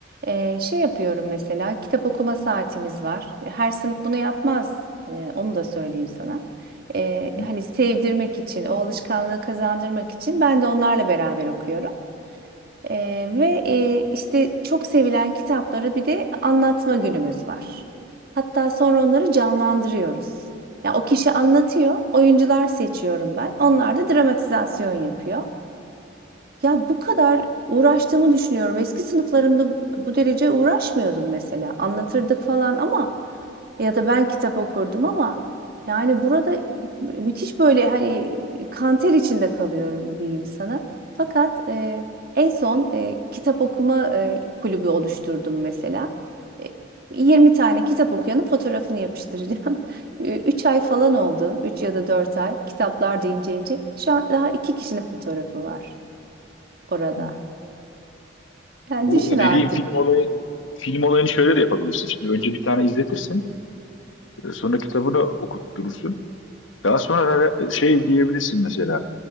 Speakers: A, on the right (about 50°); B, on the left (about 85°).
A: Ee, şey yapıyorum mesela kitap okuma saatimiz var. Her sınıf bunu yapmaz. Ee, onu da söyleyeyim sana. Ee,
B: Hı hı.
A: hani sevdirmek için, o alışkanlığı kazandırmak için ben de onlarla beraber okuyorum. Ee, ve e, işte çok sevilen kitapları bir de anlatma günümüz var. Hatta sonra onları canlandırıyoruz. Ya o kişi anlatıyor, oyuncular seçiyorum ben. Onlar da dramatizasyon yapıyor. Ya bu kadar uğraştığımı düşünüyorum. Eski sınıflarımda bu derece uğraşmıyordum mesela. Anlatırdık falan ama ya da ben kitap okurdum ama yani burada müthiş böyle hani kanter içinde kalıyorum diyeyim sana. Fakat e, en son e, kitap okuma e, kulübü oluşturdum mesela. E, 20 tane kitap okuyanın fotoğrafını yapıştıracağım. <laughs> 3 ay falan oldu. üç ya da 4 ay. Kitaplar deyince ince. Şu an daha 2 kişinin fotoğrafı var orada.
B: Hı.
A: Yani
B: Bu
A: düşün
B: o
A: artık.
B: dediğim film olayı film olayını şöyle de yapabilirsin. Şimdi önce bir tane izletirsin. e, Sonra kitabını okutturursun. Daha sonra ara- şey diyebilirsin mesela